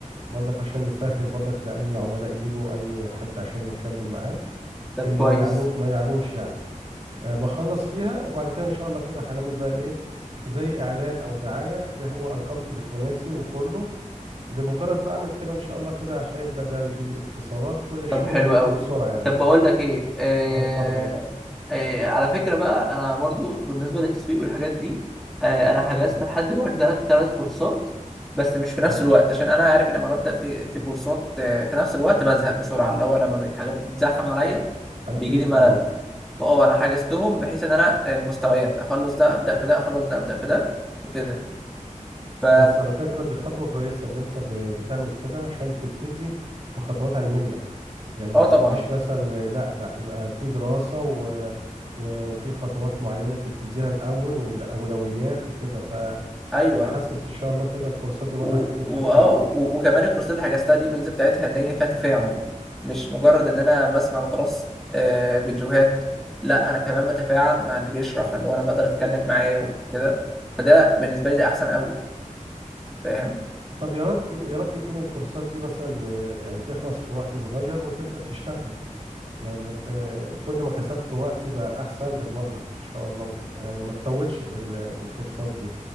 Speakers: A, on the right; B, in the centre.
A: برضك عشان نسهل برضك لاي عملاء يجوا اي حد عشان نتكلم معاه
B: طب
A: إيه
B: كويس
A: ما يعانو ما يعانوش يعني آه بخلص فيها وبعد كده ان شاء الله كده هنعمل بقى ايه زي اعلان او دعايه بح- وارقام تليفوناتي وكله بمجرد بعمل كده ان شاء الله كده هيبدأ بقى يجي لي الاتصالات والشغل
B: طب حلو
A: يبتدي
B: قوي
A: بسرعة يعني
B: طب بقول لك ايه آه...
A: اه اتفضل
B: آه... على فكره بقى انا برضو بالنسبه للتسويق والحاجات دي آه... انا حجزت
A: اه
B: لحد دلوقتي ثلاث ثلاث كورسات بس مش في نفس
A: اه
B: الوقت عشان انا عارف لما ببدا في في كورسات آه... في نفس الوقت بزهق بسرعه اللي هو لما الحاجات بتتزحم عليا
A: اكيد
B: بيجي لي ملل
A: اه
B: فاه انا حجزتهم بحيث ان انا آه، مستويات اخلص ده ابدا في ده اخلص ده ابدا في ده وكده ف
A: بس على فكرة دي خطوة كويسة ان انت ب- بتعمل كده عشان تبتدي بخطوات علمية يعني ما
B: اه
A: تبتديش
B: طبعا
A: مثلا لا لا يبقى في دراسة و... و... وفي خطوات معينة تبتديها الاول والاولويات وكده فانا
B: ايوه
A: حاسس ان شاء الله كده الكورسات دي برضك
B: و-
A: اكيد
B: واه
A: هتفيدك
B: و- وكمان الكورسات اللي حجزتها دي الميزه بتاعتها ان هي فيها تفاعل مش مجرد ان انا بسمع وخلاص آه فيديوهات لا انا كمان بتفاعل مع اللي بيشرح اللي هو انا بقدر اتكلم معاه وكده فده بالنسبه لي ده احسن قوي فاهم
A: طب يا رب يا رب يكون الكورسات دي مثلا آه، يعني تخلص في وقت صغير وتبدأ تشتغل لانك آه، كل ما كسبت وقتي بقى احسن لك برضك ان شاء الله يعني ما تطولش في ال- في الكورسات دي